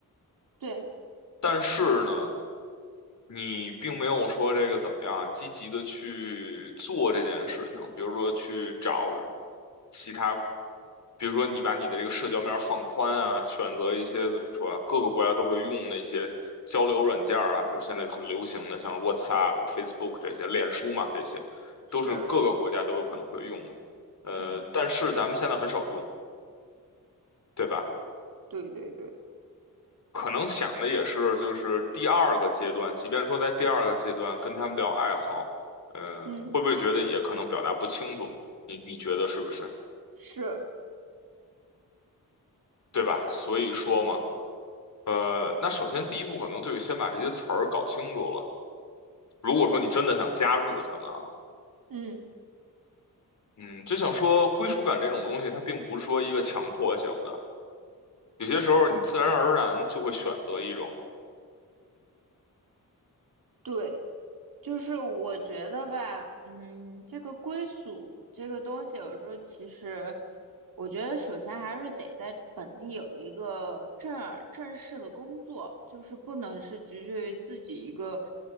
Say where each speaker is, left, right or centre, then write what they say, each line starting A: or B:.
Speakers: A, on the right; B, on the left.
A: 对，
B: 但是呢。你并没有说这个怎么样啊，积极的去做这件事情，比如说去找其他，比如说你把你的这个社交面儿放宽啊，选择一些怎么说啊，各个国家都会用的一些交流软件儿啊，比如现在很流行的像 WhatsApp、Facebook 这些，脸书嘛，这些
A: 是，
B: 都是各个国家都有可能会用的，呃，
A: 嗯，
B: 但是咱们现在很少用，对吧？
A: 对对对，
B: 可能想的也是，就是第二个阶段，即便说在第二个阶段跟他们聊爱好，嗯，
A: 嗯，
B: 会不会觉得也可能表达不清楚？你你觉得是不是？
A: 是，
B: 对吧？所以说嘛，
A: 嗯
B: 呃，那首先第一步可能就得先把这些词儿搞清楚了。如果说你真的想加入他们啊，
A: 嗯。
B: 嗯，就想说归属感这种东西，它并不是说一个强迫性的，有些时候你自然而然就会选择一种
A: 对，就是我觉得吧，嗯，这个归属这个东西，有时候其实，我觉得首先还是得在本地有一个正儿正式的工作，就是不能是局限于自己一个